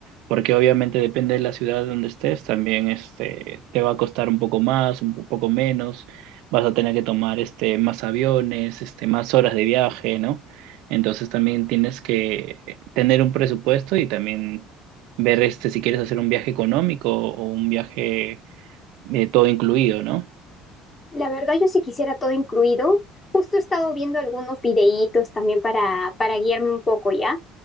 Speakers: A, on the right (about 80°); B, on the left (about 25°).
A: Porque obviamente depende de la ciudad donde estés, también este, te va a costar un poco más, un po- poco menos vas a tener que tomar este, más aviones, este, más horas de viaje, ¿no? Entonces también tienes que tener un presupuesto y también ver este, si quieres hacer un viaje económico o un viaje eh, todo incluido, ¿no?
B: La verdad, yo sí quisiera todo incluido. Justo he estado viendo algunos videítos también para, para guiarme un poco ya,